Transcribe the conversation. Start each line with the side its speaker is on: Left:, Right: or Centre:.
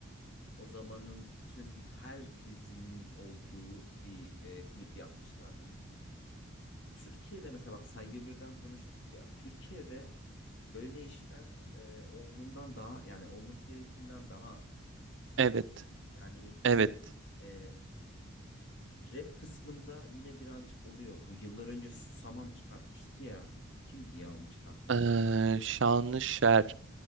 Left: O zamanın bütün herkesin olduğu bir e, klip yapmışlardı. Türkiye'de mesela bak Saygı Birden konuştuk ya. Türkiye'de böyle işler e, olduğundan daha yani olması gerektiğinden daha az.
Right: evet
Left: Yani
Right: evet.
Left: e, rap kısmında yine birazcık oluyor. Bu yıllar önce Susamam çıkartmıştı ya. Kimdi ya onu çıkartan?
Right: Ee, Şanlışer.